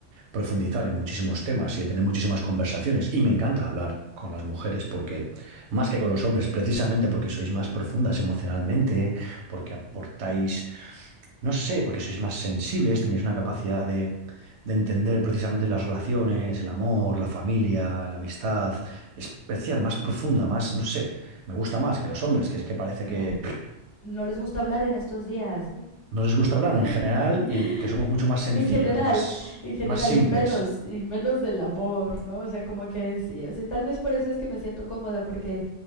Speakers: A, on the right (about 70°); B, on the left (about 25°).
A: profundizar en muchísimos temas y de tener muchísimas conversaciones y me encanta hablar con las mujeres porque más que con los hombres, precisamente porque sois más profundas emocionalmente, porque aportáis no sé, porque sois más sensibles, tenéis una capacidad de, de entender precisamente las relaciones, el
B: Mm,
A: amor, la familia, la amistad, especial, más profunda, más, no sé, me gusta más que los hombres, que es que parece
B: claro.
A: que pff,
B: no les gusta hablar en estos días.
A: no les gusta hablar en general
B: <laughs>
A: y, y que somos mucho más sencillos,
B: en general,
A: más,
B: en general,
A: más simples.
B: y menos, y menos del amor, ¿no? O sea, como que sí, o sea, tal vez por eso es que me siento cómoda, porque